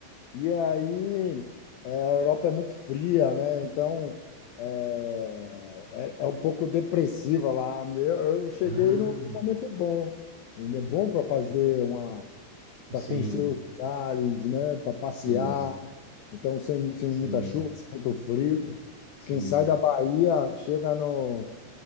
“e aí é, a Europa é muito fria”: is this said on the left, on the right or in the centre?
Left